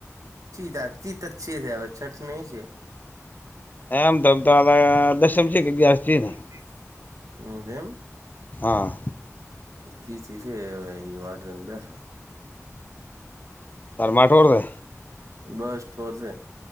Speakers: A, on the right; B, on the left.
A: ચીધા તીત જ છે હવે છઠ નહી છે.
B: એમ તોમ તો આ દસમ છે કે ગ્યાર છી ને.
A: જ. હ હેમ.
B: હા.
A: તી તી એ વાટ રંગ બેઠા.
B: તરમાટોડશે.
A: બસ ઠોર છે.